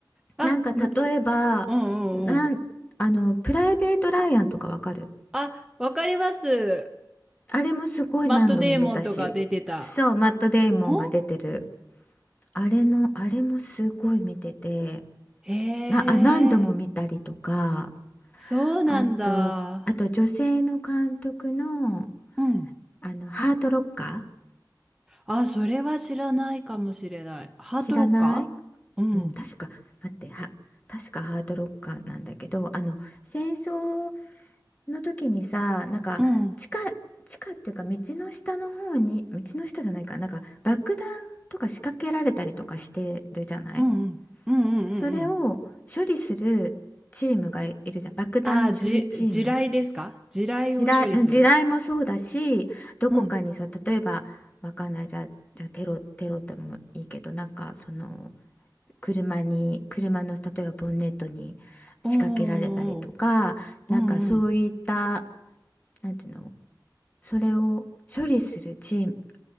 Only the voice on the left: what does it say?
なんか例えばなんあのプライベート・ライアンとかわかる
あれもすごい何度も見たしそうマット・
デイモンが出てる
あれのあれもすごい見てて
なあ何度も見たりとか
あとあと女性の監督の、
あのハート・ロッカー
知らないうん、確か、待って、は、確かハードロッカーなんだけど、あの、戦争の時にさ、なんか、
地下、地下っていうか、道の下の方に、道の下じゃないか、なんか、爆弾とか仕掛けられたりとかしてるじゃない
それを処理するチームがいるじゃん。爆弾処理チーム。
地雷、うん地雷もそうだし、どこかにそう、
例えば、わかんない、じゃあ、じゃあテロ、テロでもいいけど、なんか、その、車に車の例えばボンネットに仕掛けられたりとかなんかそういった
なんていうのそれを処理するチーム